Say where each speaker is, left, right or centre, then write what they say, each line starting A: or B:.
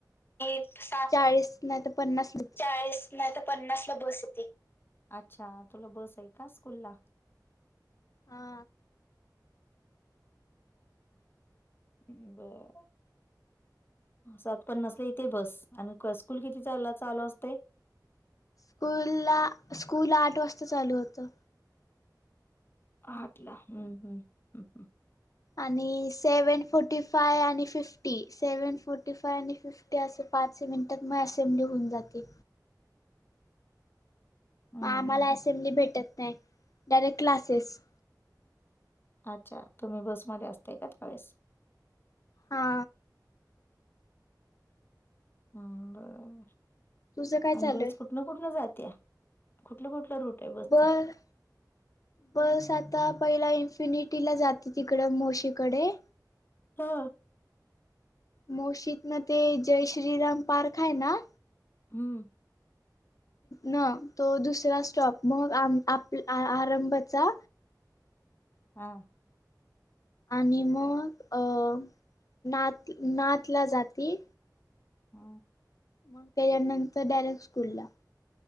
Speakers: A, on the left; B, on the left.
A: एक सात
B: चाळीस नाही तर पन्नास निघते.
A: चाळीस नाही तर पन्नासला बस येते अच्छा तुला बस आहे का स्कूल ला
B: हा
A: ह् सात पन्नासला इथे बस आणि स्कूल किती चालू असते
B: स्कूल ला स्कूल आठ वाजता चालू होतं
A: हाटला हम्म हम्् ह्
B: आणि सेव्हन फोर्टी फाय आणि फिफ्टी सेव्हन फोर्टी फाय आणि फिफ्टी ते असं पाच मिनिटात मग असेंब्ली होऊन जाते
A: हम्म
B: मग आम्हाला
A: हम्म हम्म.
B: अससेंब्ली भेटत नाही डायरेक्ट क्लासेस
A: अच्छा तुम्ही बसमध्येध्ये असतेय का त्यावेळेस
B: हा
A: बर
B: तुझं काय चालू
A: आणि बस
B: आहे
A: कुठन कुठन जात्या कुठलं कुठलं रूट आहे बसचा
B: बर बस आता पहिला इन्फिनिटी ला जाते तिकड मोशीकडे
A: हा
B: मोशीद म ते जय श्रीराम पार्क आहे ना
A: हम्म
B: न तो दुसरा स्टॉप मग आप आरंभचा
A: हां
B: आणि मग अ नात नात ला जाती
A: ह
B: मग त्याच्यानंतर डायरेक्ट स्कूल ला